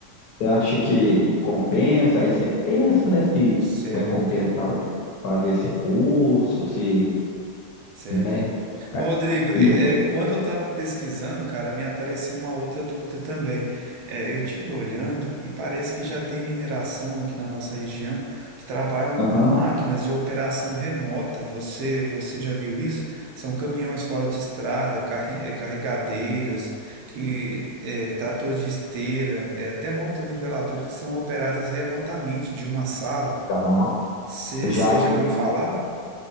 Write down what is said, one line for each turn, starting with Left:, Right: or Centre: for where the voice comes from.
Left: você acha que compensa? Aí você pensa, né, se
Right: Certo.
Left: vai compensar fazer esse curso, se,
Right: Certo.
Left: né?
Right: Ô, Rodrigo, é,
Left: Isso,
Right: é, quando eu estava pesquisando, cara, me apareceu uma outra dúvida também. É, eu tive olhando e parece que já tem mineração aqui na nossa região que trabalham
Left: aham,
Right: com máquinas de operação remota. Você, você já viu isso? São caminhões fora de estrada, carre- é, carregadeiras, que é, tratores de esteira, é, até motoniveladoras que são operadas remotamente de uma sala.
Left: tá.
Right: Você
Left: Eu já vi,
Right: já ouviu
Left: eu
Right: falar?